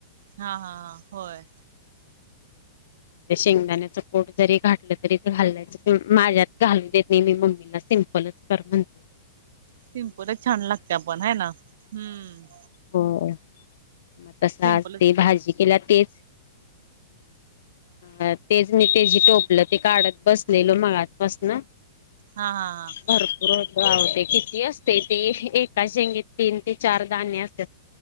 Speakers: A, on the right; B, on the left.
A: हा हा हां होय.
B: ते शेंगदाण्याच कोट जरी घातलं तरी ते घाललं माझ्यात घालून देत नाही मी, मम्मीला सिम्पलच कर म्हणतोय.
A: सिम्पलच छान लागते पण आहे ना हम्म.
B: होय मग तसं
A: सिम्पलच
B: आज ते भाजी केल्या तेच. हा तेच मी ते जी टोपलं ते काढत बसलेलो मगाच पसन.
A: हा हा हा.
B: भरपूर हो गावते किती असते ते एका शेंगीत तीन ते चार गाणे असं त्या